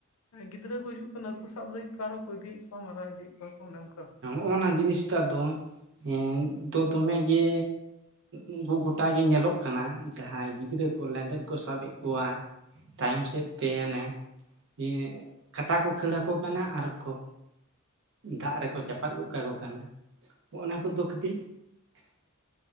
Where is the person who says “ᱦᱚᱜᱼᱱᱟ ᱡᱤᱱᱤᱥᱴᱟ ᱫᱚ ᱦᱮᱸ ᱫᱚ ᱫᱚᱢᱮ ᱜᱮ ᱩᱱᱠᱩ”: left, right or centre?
Right